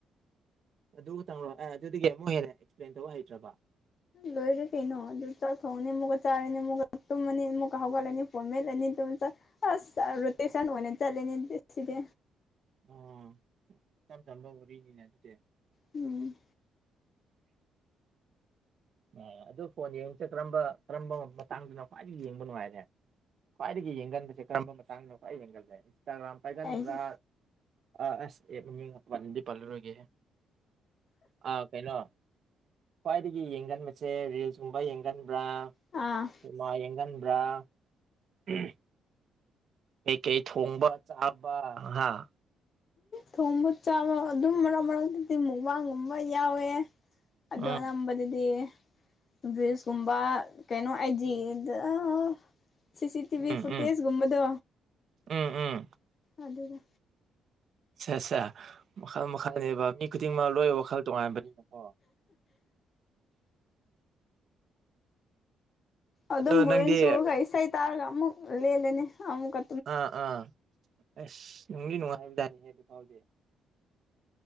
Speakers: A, on the right; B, on the left.
A: ꯑꯗꯨ ꯈꯛꯇꯪꯔꯣ ꯑꯦ ꯑꯗꯨꯗꯒꯤ ꯑꯃꯨꯛ ꯍꯦꯟꯅ ꯑꯦꯛꯁꯄ꯭ꯂꯦꯟ ꯇꯧꯕ ꯍꯩꯇ꯭ꯔꯕ
B: ꯂꯣꯏꯔꯦ ꯀꯩꯅꯣ ꯑꯗꯨ ꯆꯥꯛ ꯊꯣꯡꯉꯅꯤ ꯑꯃꯨꯛꯀꯥ ꯆꯥꯔꯅꯤ ꯑꯃꯨꯛꯀꯥ ꯇꯨꯝꯃꯅꯤ ꯑꯃꯨꯛꯀꯥ ꯍꯧꯒꯠꯂꯅꯤ ꯐꯣꯟ ꯃꯦꯠꯂꯅꯤ ꯑꯗꯨꯨꯝ ꯆꯥ ꯑꯁ ꯔꯣꯇꯦꯁꯟ ꯑꯣꯏꯅ ꯆꯥꯠꯂꯦꯅꯦ ꯑꯗꯨꯗꯤ ꯁꯤꯗꯤ
A: ꯑꯣ ꯏꯆꯝ ꯆꯝꯕ ꯋꯥꯔꯤ ꯅꯤꯅꯦ ꯑꯗꯨꯗꯤ
B: ꯎꯝ
A: ꯑꯥ ꯑꯗꯨ ꯐꯣꯟ ꯌꯦꯡꯕꯁꯦ ꯀꯔꯝꯕ ꯀꯔꯝꯕ ꯃꯇꯥꯡꯗꯅ ꯈ꯭ꯋꯥꯏꯗꯩ ꯌꯦꯡꯕ ꯅꯨꯡꯉꯥꯏꯔꯦ ꯈ꯭ꯋꯥꯏꯗꯒꯤ ꯌꯦꯡꯒꯟꯕꯁꯦ ꯀꯔꯝꯕ ꯃꯇꯥꯡꯗ ꯈ꯭ꯋꯥꯏꯗꯒꯤ ꯌꯦꯡꯒꯟꯂꯦ ꯏꯟꯁꯇꯥꯒ꯭ꯔꯥꯝ ꯄꯥꯏꯒꯟꯕ꯭ꯔꯥ
B: ꯑꯩꯁꯦ
A: ꯑꯥ ꯑꯁ ꯑꯦ ꯃꯃꯤꯕꯤ ꯄꯥꯟꯗꯤ ꯄꯜꯂꯔꯣꯏꯒꯦꯍꯦ ꯑꯥ ꯀꯩꯅꯣ ꯈ꯭ꯋꯥꯏꯗꯒꯤ ꯌꯦꯡꯒꯟ ꯅꯪꯁꯦ ꯔꯤꯜꯁꯒꯨꯝꯕ ꯌꯦꯡꯒꯟꯕ꯭ꯔꯥ
B: ꯑꯥ
A: ꯁꯤꯝꯃ ꯌꯦꯡꯒꯟꯕ꯭ꯔꯥ ꯑꯍꯝ <unintelligible> ꯀꯩꯀꯩ ꯊꯣꯡꯕ ꯆꯥꯕ ꯍꯥ
B: ꯊꯣꯡꯕ ꯆꯥꯕ ꯑꯗꯨꯝ ꯃꯔꯥꯛ ꯃꯔꯥꯛꯇ ꯁꯤ ꯃꯨꯛꯕꯥꯡꯒꯨꯝꯕ ꯌꯥꯎꯋꯦ ꯑꯗꯣ
A: ꯎꯝ
B: ꯑꯅꯝꯕꯗꯗꯤ ꯕ꯭ꯔꯤꯁꯀꯨꯝꯕ ꯀꯩꯅꯣ ꯑꯥꯏꯖꯤꯗ
A: ꯎꯝ
B: ꯑꯥ ꯁꯤ ꯁꯤ ꯇꯤ ꯚꯤ
A: ꯎꯝ
B: ꯐꯨꯇꯦꯖꯒꯨꯝꯕꯗꯣ
A: ꯎꯝ ꯎꯝ ꯎꯝ
B: ꯑꯗꯨꯗ
A: ꯁꯦ ꯁꯦ ꯃꯈꯜ ꯃꯈꯜꯅꯦꯕ ꯃꯤ ꯈꯨꯗꯤꯡꯃꯛ ꯂꯣꯏ ꯋꯥꯈꯜ ꯇꯣꯉꯥꯟꯕꯅꯤꯅꯀꯣ
B: ꯑꯗꯨꯝ
A: ꯑꯗꯣ
B: ꯕꯣꯔꯤꯡ
A: ꯅꯪꯗꯤ
B: ꯆꯨꯔꯒ ꯏꯁꯩ ꯇꯥꯔꯒ ꯑꯃꯨꯛ ꯂꯦꯜꯂꯅꯤ ꯑꯃꯨꯛꯀꯥ
A: ꯑꯥ ꯑꯥ ꯑꯁ ꯅꯨꯡꯗꯤ ꯅꯨꯡꯉꯥꯏꯕꯖꯥꯅꯤꯍꯦ ꯑꯗꯨ ꯐꯥꯎꯗꯤ